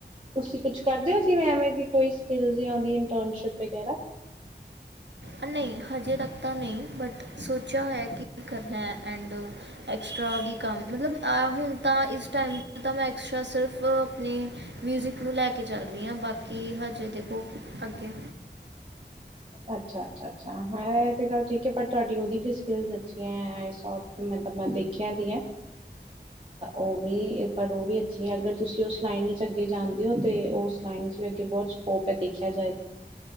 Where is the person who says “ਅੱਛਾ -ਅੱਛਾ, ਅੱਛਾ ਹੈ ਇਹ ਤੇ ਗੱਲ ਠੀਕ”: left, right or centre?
Right